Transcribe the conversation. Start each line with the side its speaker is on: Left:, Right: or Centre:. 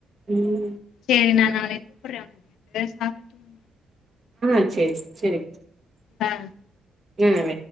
Right: உ
Left: சரி நான் நான் <unintelligible> உக்கு ரெண்டு பே சாப்பிட்டு தூண
Right: ஆஹ் சேரி சேரி
Left: ஆஹ்
Right: ந